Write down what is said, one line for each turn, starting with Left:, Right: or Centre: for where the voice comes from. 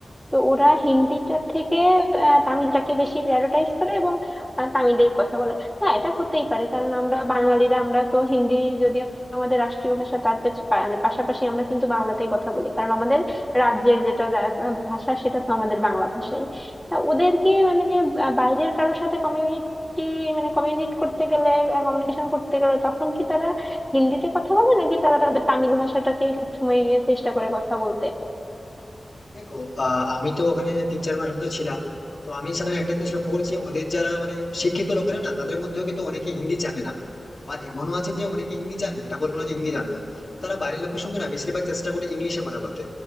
Centre: তো ওরা হিন্দিটার থেকে আহ, তামিলটাকে বেশি প্রায়োরিটাইজ করে এবং আহ, তামিলেই কথা বলে হ্যাঁ এটা হতেই পারে কারণ আমরা বাঙালিরা আমরা তো হিন্দি যদি আমাদের রাষ্ট্রীয় ভাষা তার পেছ- পা- মানে পাশাপাশি আমরা কিন্তু বাংলাতেই কথা বলি কারণ আমাদের রাজ্যের যেটা যা- ভা- ভাষা সেটা তো আমাদের বাংলা ভাষাই তা ওদেরকে মানে আহ, বাইরের কারোর সাথে কি মানে কমিউনিট করতে গেলে কমিউনিকেশন করতে গেলে তখন কি তারা হিন্দিতে কথা বলে নাকি তারা তাদের তামিল ভাষাটাকেই সবসময় চেষ্টা করে কথা বলতে
Left: দেখো আহ, আমি তো ওখানে তিন চার মাস মতো ছিলাম তো আমি সেখানে একটা জিনিস লক্ষ্য করেছি ওদের যারা মানে শিক্ষিত লোকেরা না তাদের মধ্যেও কিন্তু অনেকে হিন্দি জানে না আবার এমনও আছে যে অনেকে হিন্দি জানে এটা বলবো না যে হিন্দি জানে না তারা বাইরের লোকের সঙ্গে না বেশিরভাগ চেষ্টা করে ইংলিশে কথা বলতে